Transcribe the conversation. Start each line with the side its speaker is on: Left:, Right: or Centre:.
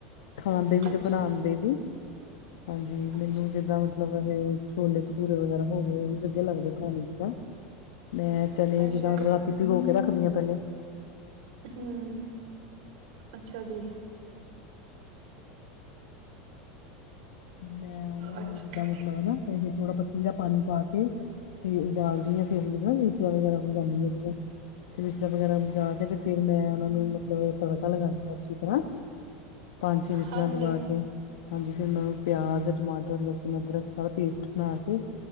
Left: ਖਾਂਦੇ ਵੀ
Right: ਅੱਛਾ,
Left: ਤੇ ਬਣਾਦੇ ਵੀ ਹਾਂਜੀ
Right: ਅੱਛਾ,
Left: ਮੈਨੂੰ ਜਿੱਦਾਂ। ਮਤਲਬ ਇਹ ਛੋਲੇ ਭਟੂਰੇ ਵਗੈਰਾ ਹੋ ਗਏ ਇਹ ਵੀ ਵਧੀਆ ਲੱਗਦੇ ਖਾਣੇ ਚ ਤਾਂ ਮੈਂ। ਚਨੇ
Right: ਅੱਛਾ
Left: ਜਿੱਦਾਂ ਰਾਤੀ ਭਿਗੋ ਕੇ ਰੱਖਦੀਆਂ ਪਹਿਲੇ।
Right: ਹੂੰ ਅੱਛਾ ਜੀ।
Left: ਮੈਂ ਉਹਨਾ ਨੂੰ
Right: ਅੱਛਾ
Left: ਜਿੱਦਾਂ। ਹਨਾ ਇਹ ਥੋੜਾ ਪੱਤੀ ਦਾ ਪਾਣੀ ਪਾ ਕੇ। ਤੇ ਉਬਾਲਦੀ ਹਾਂ ਫੇਰ ਵੀ ਨਾ ਮਸੀਆਂ ਵਗੈਰਾ ਵੀਗਾਦੀਾਂ। ਤੇ ਪਿਸਲਾ ਵਗੈਰਾ ਬਚਾ ਕੇ ਤੇ ਫਿਰ ਮੈਂ ਉਹਨਾਂ ਨੂੰ ਮਤਲਬ ਤੜਕਾ ਲਗਾਉਂਦੀ ਹਾਂ ਅੱਛੀ ਤਰ੍ਹਾਂ। ਪੰਜ ਛੇ ਬਿਸਲਾਂ
Right: ਹਾਂਜੀ
Left: ਤੋ ਬਾਅਦ। ਹਾਂਜੀ ਫ ਉਹਨਾਂ ਨੂੰ ਪਿਆਜ ਟਮਾਟਰ ਲਸੁਣ ਅਦਰਕ ਸਾਰਾ ਪੇਸਟ ਬਣਾ ਕੇ।